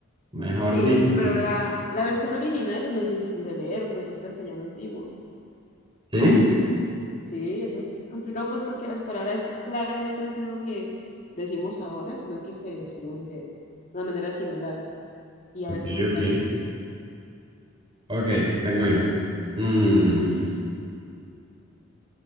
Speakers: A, on the right (about 25°); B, on the left (about 35°).
A: mejor
B: Sí,
A: dicho.
B: pero la, la versión original es más difícil de leer porque es castellano antiguo.
A: ¿Sí?
B: Sí, eso es complicado pues porque las palabras claramente no son lo que decimos ahora, sino que se decían de una manera similar y a
A: Ok,
B: veces más
A: ok.
B: largas.
A: Ok, vengo yo. Mm,